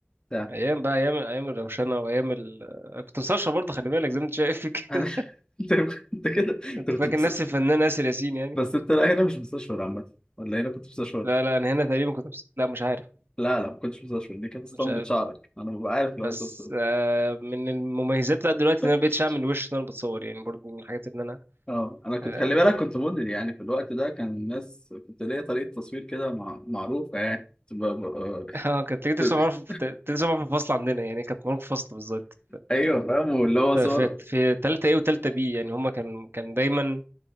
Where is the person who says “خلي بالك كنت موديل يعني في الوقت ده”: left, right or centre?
Left